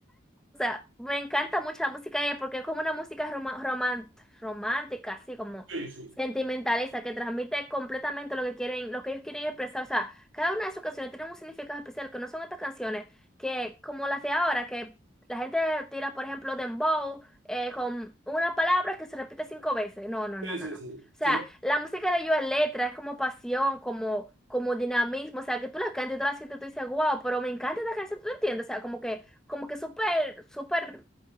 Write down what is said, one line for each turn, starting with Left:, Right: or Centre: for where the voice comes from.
Centre: O sea, me encanta mucho la música de ella porque es como una música roma- roman- romántica, así como
Right: Sí, sí.
Centre: sentimentalista, que transmite completamente lo que quieren, lo que ellos quieren expresar. O sea, cada una de sus canciones tiene un significado especial, que no son estas canciones que, como las de ahora, que la gente tira, por ejemplo, dembow, eh, con una palabra que se repite cinco veces. No, no,
Right: Sí,
Centre: no, no,
Right: sí,
Centre: no.
Right: sí.
Centre: O sea,
Right: Sí, no,
Centre: la música de ellos es letra, es como pasión, como, como dinamismo. O sea, que tú la cantas y tú la sientes, tú dices, wow, pero me encanta esta canción, ¿tú entiendes? O sea, como que como que súper, súper